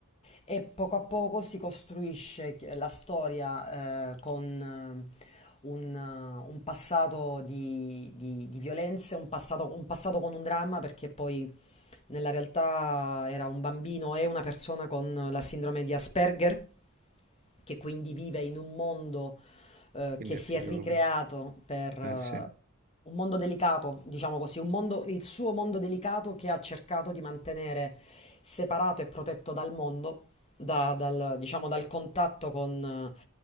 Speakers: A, on the left; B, on the right.
A: e poco a poco si costruisce chi- la storia eh, con eh, un, eh, un passato di, di- di violenze, un passato, un passato con un dramma, perché poi nella realtà era un bambino e una persona con la sindrome di Asperger, che quindi vive in un mondo eh,
B: quindi
A: che
B: è
A: si
B: proprio...
A: è ricreato per eh,
B: Eh sì,
A: un mondo delicato, diciamo così, un mondo, il suo mondo delicato che ha cercato di mantenere separato e protetto dal mondo, da- dal, diciamo, dal contatto con eh,